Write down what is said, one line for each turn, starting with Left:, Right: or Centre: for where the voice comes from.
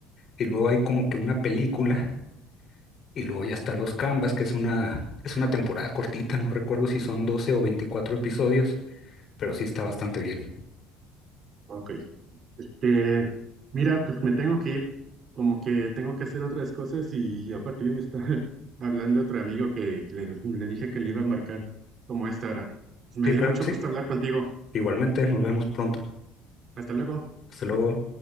Left: Y luego hay como que una película. Y luego ya están los Canvas, que es una, es una temporada cortita, no recuerdo si son 12 o 24 episodios, pero sí está bastante bien.
Right: ok. Este, mira, pues me tengo que ir. como que tengo que hacer otras cosas y, y aparte yo me estaba <laughs> hablando otro amigo que, que le, le dije que le iba a marcar como a esta hora. Pues, Me
Left: Sí,
Right: dio
Left: claro
Right: mucho
Left: que sí.
Right: gusto hablar contigo.
Left: Igualmente, nos vemos pronto.
Right: Hasta luego.
Left: Hasta luego.